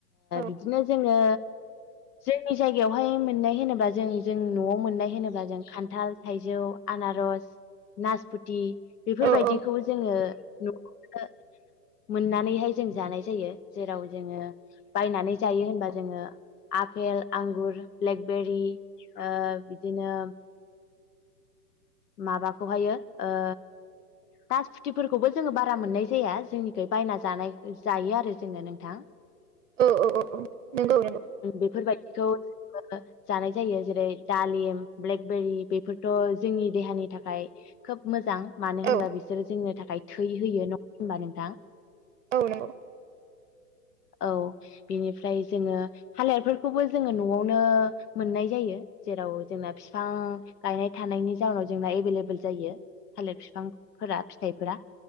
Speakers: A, on the right (about 50°); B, on the left (about 65°).
A: औ
B: बिदिनो जोंङो
A: <inaudible>
B: जोंनि जायगायावहाय मोननाय होनोबा जों जों न'आव मोननाय होनोब्ला जों खान्थाल थाइजौ आना रस नासपुथि बेफोरबायदिखौ
A: औ औ
B: जोंङो न'खौनो मोननानैहाय जों जानाय जायो जेराव जोंङो बायनानै जायो होनबा जोंङो आफेल आंगुर ब्लेकबेरि ओ बिदिनो माबाखौहायो ओ नास फुथिफोरखौबो जोंङो बारा मोननाय जाया जोंनिख बायना जानाय जायो आरो जोंङो नोंथां
A: औ औ नंगौ नंगौ
B: बेफोरबायदिखौ जानाय जायो जेरै दालिम ब्लेकबेरि बेफोरथ' जोंनि देहानि थाखाय खोब मोजां मानो होनबा
A: औ
B: बिसोरो जोंनो थाखाय थै होयो नङा होनबा नोंथां
A: औ नंगौ
B: औ बेनिफ्राय जोंङो थालिरफोरखौबो जोङो न'आवनो मोननाय जायो। जेराव जोंना बिफां गायनाय थानायनि जाउनाव जोंना एबोल‌एबोल जायो। थालिर बिफांफोरा फिथाइफोरा